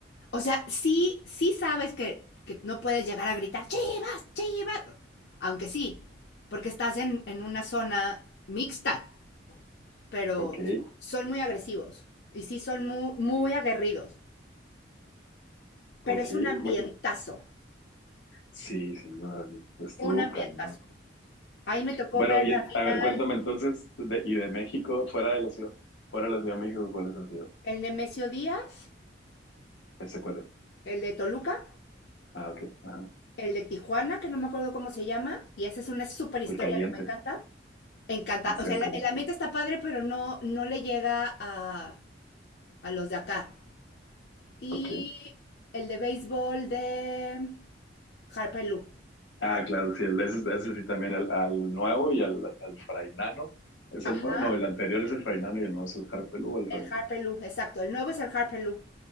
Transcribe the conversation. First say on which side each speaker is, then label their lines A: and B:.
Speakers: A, on the left; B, on the left.
A: O sea, sí, sí sabes que, que no puedes llegar a gritar, chivas, chivas. Aunque sí, porque estás en, en una zona mixta, pero
B: Ok,
A: son muy agresivos y sí son muy, muy aguerridos, pero
B: ok.
A: es un ambientazo,
B: Bueno, sí, sí, no, estuvo
A: un ambientazo.
B: cañón.
A: Ahí me tocó
B: Bueno,
A: ver
B: y
A: la final
B: a ver, cuéntame entonces, de- y de México, fuera de la ciudad, fuera de la Ciudad de México, ¿cuáles ha sido?
A: el Nemesio Díaz,
B: ¿Ese cuál es?
A: el de Toluca,
B: Ah, ok, ajá.
A: el de Tijuana, que no me acuerdo cómo se llama, y esa es una súper historia
B: El caliente,
A: que me encanta. Encanta,
B: el estadio
A: o sea, el,
B: caliente.
A: el ambiente está padre, pero no, no le llega a, a los de acá. Y
B: Ok.
A: el de béisbol de Harper Lou.
B: Ah, claro, sí, el, ese, ese sí también, al, al nuevo y al, al frainano. ¿Es
A: Ajá,
B: el nuevo? No, el anterior es el frainano y el nuevo es el Harpelú al revés.
A: el Harper Lou, exacto. El nuevo es el Harper Lou.